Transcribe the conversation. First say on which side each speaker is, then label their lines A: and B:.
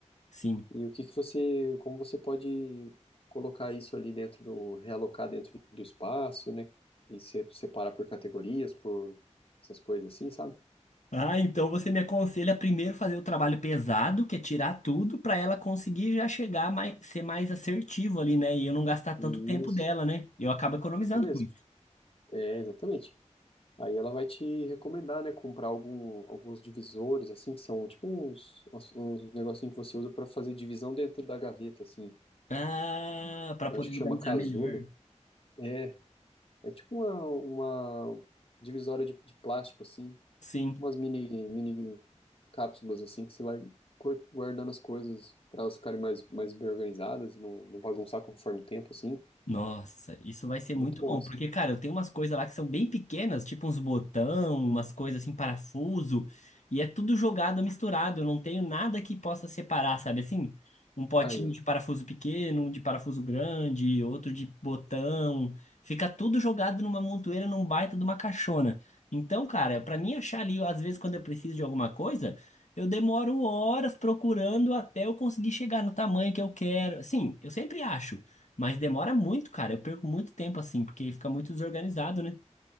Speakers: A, on the left (about 75°); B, on the left (about 50°).
A: Sim.
B: E o que que você, como você pode colocar isso ali dentro do, realocar dentro do espaço, né? E se, separar por categorias, por essas coisas assim, sabe?
A: Ah, então você me aconselha primeiro fazer o trabalho pesado, que é tirar tudo, para ela conseguir já chegar mais, ser mais assertivo ali, né? E eu não gastar tanto
B: Isso.
A: tempo dela, né? Eu acabo economizando
B: Isso mesmo.
A: com isso.
B: É, exatamente. Aí ela vai te recomendar, né, comprar algum, alguns divisores, assim, que são tipo uns, uns, uns negocinhos que você usa para fazer divisão dentro da gaveta, assim.
A: Ah, para
B: Eu
A: poder
B: acho que chama
A: organizar
B: casulo.
A: melhor.
B: É, é tipo uma, uma divisória de, de plástico, assim,
A: Sim.
B: umas mini, mini cápsulas, assim, que você vai cor- guardando as coisas para elas ficarem mais, mais bem organizadas e não, não bagunçar conforme o tempo, assim.
A: Nossa, isso vai ser
B: Muito
A: muito
B: bom
A: bom,
B: isso.
A: porque, cara, eu tenho umas coisas lá que são bem pequenas, tipo uns botão, umas coisas assim, parafuso, e é tudo jogado, misturado, eu não tenho nada que possa separar, sabe assim? Um potinho
B: Aí, ó.
A: de parafuso pequeno, um de parafuso grande, outro de botão, fica tudo jogado numa montoeira, num baita de uma caixona. Então, cara, pra mim achar ali, às vezes quando eu preciso de alguma coisa, eu demoro horas procurando até eu conseguir chegar no tamanho que eu quero. Sim, eu sempre acho. Mas demora muito, cara. Eu perco muito tempo assim, porque fica muito desorganizado, né?